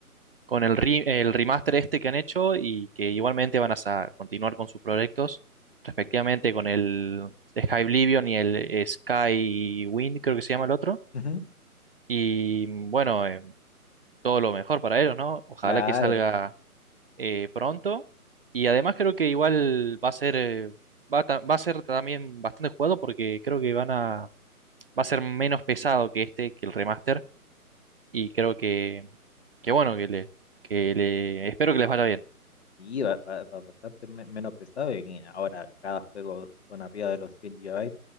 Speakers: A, on the right; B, on the left.
A: con el, re- el remaster este que han hecho y que igualmente van a sa- continuar con sus proyectos, respectivamente con el Sky Oblivion y el Sky Wind, creo que se llama el otro.
B: Ujú,
A: Y mm, bueno, eh, todo lo mejor para ellos, ¿no? Ojalá
B: Claro,
A: que salga eh, pronto. Y además creo que igual va a ser, eh, va a ta- va a ser también bastante jugado porque creo que van a, va a ser menos pesado que este, que el remaster y creo que, que bueno, que le, que le, espero que les vaya bien.
B: y va va ba- bastante me- menos pesado. Y ahora cada juego son arriba de los 100 gigabytes.